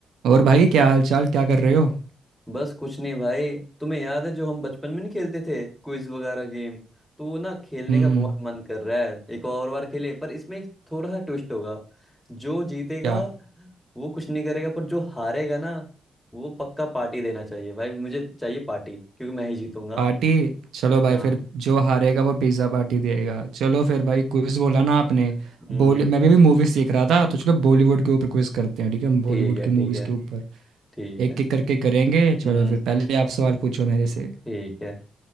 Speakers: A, on the right (about 80°); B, in the centre.
A: और भाई क्या हालचाल क्या कर रहे हो हम्म
B: बस कुछ नहीं भाई तुम्हें याद है जो हम बचपन में नहीं खेलते थे क्विज वगैरह गेम तो वो ना खेलने
A: हम्म,
B: का बहुत मन कर रहा है एक और बार खेले पर इसमें एक थोड़ा सा ट्विस्ट होगा जो जीतेगा
A: क्या
B: वो कुछ नहीं करेगा पर जो हारेगा ना वो पक्का पार्टी देना चाहिए भाई मुझे चाहिए पार्टी क्योंकि मैं ही जीतूंगा
A: पार्टी चलो भाई
B: हाँ
A: फिर जो हारेगा वो पिज्ज़ा पार्टी देगा चलो फिर भाई क्विज बोला ना आपने
B: हम्म
A: बॉली मैं भी, भी मूवीज देख रहा था तो चलो बॉलीवुड के ऊपर क्विज करते हैं ठीक है बॉलीवुड
B: ठीक है
A: की
B: ठीक
A: मूवीज
B: है
A: के ऊपर
B: ठीक
A: एक
B: है
A: एक करके करेंगे चलो
B: हम्म
A: फिर पहले आप सवाल पूछो मेरे से
B: ठीक है